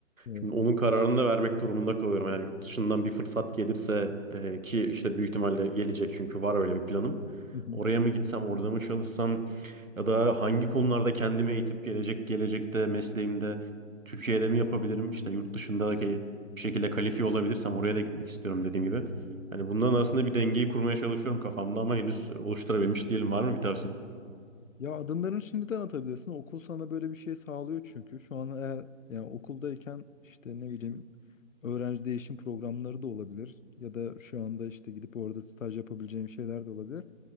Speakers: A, on the left; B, on the right.
A: Evet.
B: Şimdi onun kararını da vermek durumunda kalıyorum. Eğer yurt dışından bir fırsat gelirse e, ki işte büyük ihtimalle gelecek çünkü var öyle bir planım.
A: Hı hı.
B: Oraya mı gitsem, orada mı çalışsam? Ya da hangi konularda kendimi eğitip gelecek gelecekte mesleğimde Türkiye'de mi yapabilirim? İşte yurt dışındaki bir şekilde kalifiye olabilirsem oraya da gitmek istiyorum dediğim gibi. Yani bunların arasında bir dengeyi kurmaya çalışıyorum kafamda ama henüz oluşturabilmiş değilim. Var mı bir tavsiyen?
A: Ya adımlarını şimdiden atabilirsin. Okul sana böyle bir şey sağlıyor çünkü. Şu an eğer yani okuldayken işte ne bileyim öğrenci değişim programları da olabilir. Ya da şu anda işte gidip orada staj yapabileceğim şeyler de olabilir.